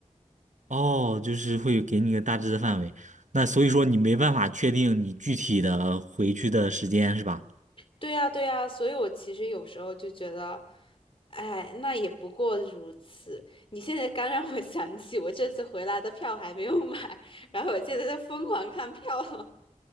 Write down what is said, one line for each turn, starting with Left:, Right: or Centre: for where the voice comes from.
Right: 哦，就是会给你个大致的范围，那所以说你没办法确定你具体的回去的时间是吧？
Left: 对呀，对呀，所以我其实有时候就觉得，哎，那也不过如此。你现在刚让我想起，我这次回来的票还没有买，然后我现在在疯狂看票了。